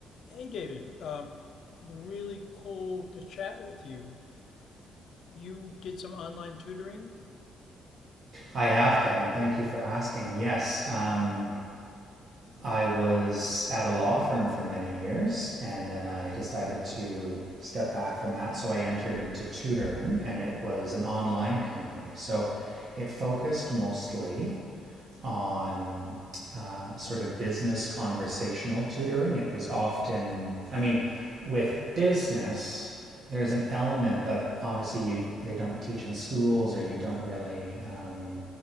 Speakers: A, on the left; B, on the right.
A: Hey, David. Um, really cool to chat with you. You did some online tutoring.
B: I have, Kevin. Thank you for asking. Yes, um, I was at a law firm for many years, and then I decided to step back from that. So I entered into tutoring, and it was an online company. So it focused mostly on uh, sort of business conversational tutoring. It was often, I mean, with business, there's an element that obviously you they don't teach in schools or you don't really um,